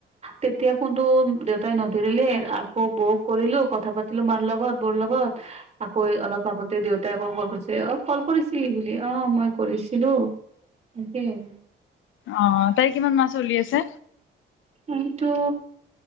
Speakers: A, on the right; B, on the left.
A: তেতিয়া ফোনটো দেউতাই নধৰিলেে আকৌ বৌক কৰিলো কথা পাতিলো মাৰ লগত বোৰ লগত আকৌ অলপ আগতে দেউতাই আকৌ কল কৰিছে। অ কল কৰিছিলি বুলি অ মই কৰিছিলো সেই আৰু।
B: অ তাই কিমান মাহ চলি আছে।
A: এইটো